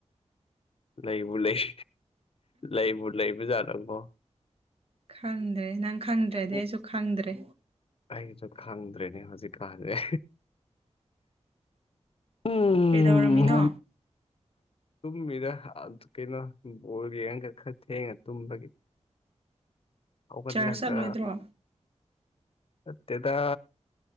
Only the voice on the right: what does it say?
ꯈꯪꯗ꯭ꯔꯦ ꯅꯪ ꯈꯪꯗ꯭ꯔꯗꯤ
ꯑꯩꯁꯨ ꯈꯪꯗ꯭ꯔꯦ
ꯀꯩꯗꯧꯔꯝꯃꯤꯅꯣ
ꯆꯔꯆ ꯆꯠꯂꯣꯏꯗ꯭ꯔꯣ